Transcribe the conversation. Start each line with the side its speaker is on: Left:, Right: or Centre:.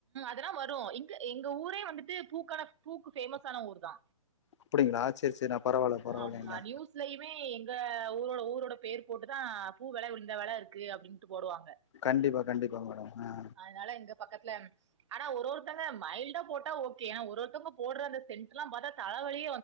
Right: இதலா வரு இங்க எங்க ஊரே வந்துட்டு பூக்கான பூக்கு பேமஸ் ஆன ஊர்தா
Left: அப்பிடிங்களா சேரி சேரி ஆ பரவாயில்ல பரவாயில்லங்ளே
Right: ஆமா நியூஸ்லயுமே எங்க ஊரோட ஊரோட பேர் போட்டுதா பூ வில இந்த வில இருக்கு அப்பிடின்டு போடுவாங்க
Left: கண்டிப்பா கண்டிப்பா மேடம் ஆ
Right: அதனால இங்க பக்கத்துல ஆனா ஒரு ஒருத்தங்க மைல்டா போட்டா ஓகே ஆனா ஒரு ஒருத்தங்க போற அந்த சென்ட் எல்லா பாத்தா தல வழி